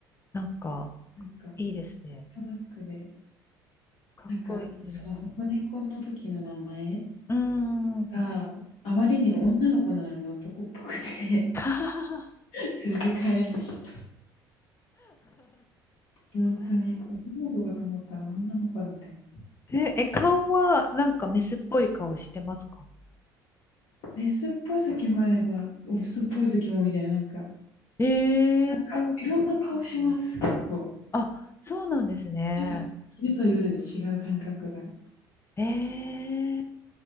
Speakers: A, on the left (about 25°); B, on the left (about 55°).
A: なんか、
B: なんか、なん
A: いいですね。
B: となくで、
A: かっこいい。
B: なんか、その保護猫の時の名前
A: うーん。
B: があまりにも女の子なのに男っぽくて
A: <laughs>
B: <laughs> それで変えました。本当に、男の子かと思ったら女の子みたいな。
A: え、え、顔は、なんかメスっぽい顔してますか
B: メスっぽい時もあれば、オスっぽい時もみたいな、なんか、
A: え
B: なんか、
A: えー
B: いろんな顔します、結構。
A: あ、そうなんですね。
B: なんか、昼と夜で違う感覚が。
A: ええー